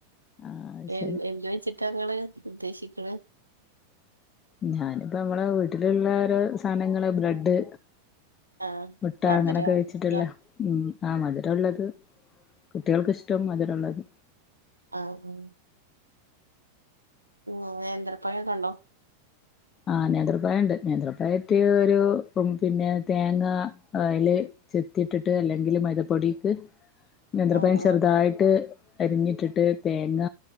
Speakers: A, on the left (about 25°); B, on the right (about 85°).
A: ആഹ് ശരി
B: എ എന്ത് ട്ടാങ്ങള് ഉദ്ദേശിക്ക് ണേ
A: ഞാനിപ്പോ നമ്മളെ വീട്ടിലുള്ള ര് സാനങ്ങള് ബ്രെഡ്
B: ആഹ്
A: മുട്ട
B: മധുര
A: അങ്ങനൊക്കെ വെച്ചിട്ടുള്ളേ
B: ല്ലെ
A: ഉം. ആ മധുരമുള്ളത് കുട്ടികൾക്കിഷ്ടം മധുരമുള്ളത്
B: ആ ആ. ഉവ്വ നേന്ത്ര പഴക്കെ ണ്ടോ?
A: ആ നേന്ത്രപ്പഴണ്ട് നേന്ത്രപ്പായട്ട് ഒരു പിന്നെ തേങ്ങ ഓയല് ചെത്തിട്ടിട്ട് അല്ലെങ്കില് മൈദപ്പൊടിക്ക് നേന്ത്ര
B: ആഹ്
A: പയം ചെറുതായിട്ട് അരിഞ്ഞിട്ടിട്ട് തേങ്ങ